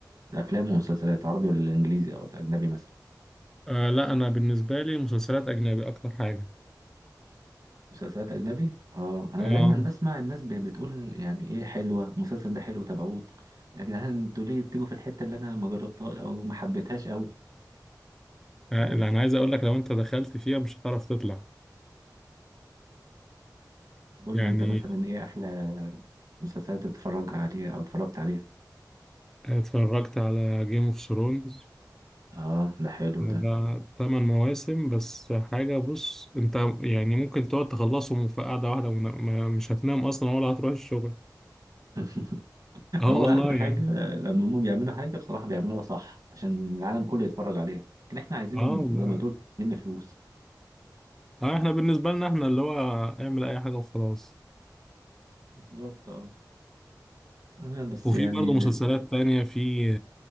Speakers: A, on the right; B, in the centre.
A: الافلام والمسلسلات عربي ولا الانجليزي او الاجنبي مثلا
B: آه، لا انا بالنسبة لي مسلسلات اجنبي اكتر حاجة
A: مسلسلات اجنبي اه انا
B: اه
A: دايما بسمع الناس ب- بتقول يعني ايه حلوه المسلسل ده حلو تابعوه يا جدعان انتوا ليه بتيجوا في الحته اللي انا ما جربتها او ما حبيتهاش قوي
B: آه،
A: بس
B: اللي انا عايز اقول لك لو انت دخلت فيها مش هتعرف تطلع
A: قول
B: يعني
A: لي انت مثلا ايه احلى مسلسلات بتتفرج عليها او اتفرجت عليها
B: اتفرجت على جيم اوف ثرونز
A: اه ده حلو ده
B: ده تمن مواسم بس حاجة بص انت يعني ممكن تقعد تخلصهم في قعدة واحدة وما- ما- مش هتنام اصلا ولا هتروح الشغل <laughs>
A: <laughs>
B: اه
A: هو
B: والله
A: احلى حاجه
B: يعني
A: لما هم بيعملوا حاجه بصراحه بيعملوها صح عشان العالم كله يتفرج عليها لكن احنا عايزين
B: اه والله.
A: زي ما تقول نلم فلوس
B: اه احنا بالنسبة لنا احنا اللي هو اعمل اي حاجة وخلاص
A: بالظبط اه آه بس
B: وفي
A: يعني
B: برضه مسلسلات تانية في